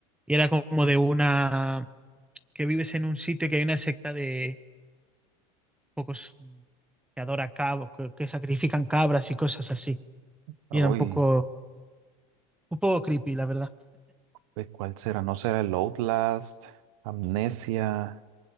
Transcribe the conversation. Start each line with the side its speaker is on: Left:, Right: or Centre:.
Centre: y era como de una... que vives en un sitio y que hay una secta de pocos que adora cabos, que, que sacrifican cabras y cosas así.
Right: uy,
Centre: Y era un poco, un poco creepy, la verdad.
Right: uy, ¿cuál será? ¿No será el Outlast? Amnesia.